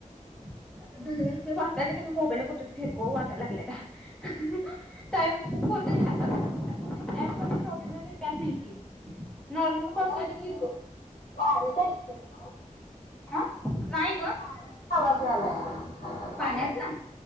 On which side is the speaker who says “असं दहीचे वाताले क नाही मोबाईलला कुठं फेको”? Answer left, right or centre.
Centre